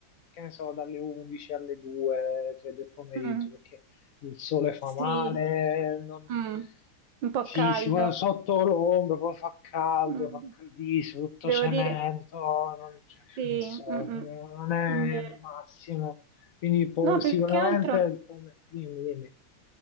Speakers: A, on the left; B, on the right.
A: che ne so, dalle 11 alle 2, 3 del pomeriggio,
B: Mm,
A: perché il sole fa
B: sì,
A: male, non...
B: Mm, un po'
A: si,
B: caldo.
A: si vuole sotto l'ombra, poi fa caldo,
B: Mm,
A: fa caldissimo, tutto
B: devo
A: cemento,
B: dire,
A: non, cioè,
B: sì.
A: non so,
B: mm,
A: non è
B: mm, vero.
A: il massimo. Quindi po-
B: No, più
A: sicuramente
B: che altro.
A: il pomeriggio, dimmi, dimmi,